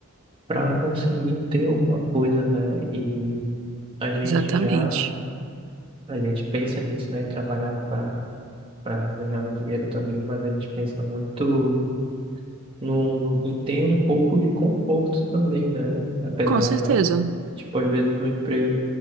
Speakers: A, on the right; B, on the right.
A: para conseguir ter alguma coisa, né, e a gente
B: Exatamente.
A: já, a gente pensa nisso, né, em trabalhar para para ganhar o dinheiro também, mas a gente pensa muito no, no, e tem um pouco de conforto também, né? Apesar,
B: Com certeza.
A: tipo, às vezes o emprego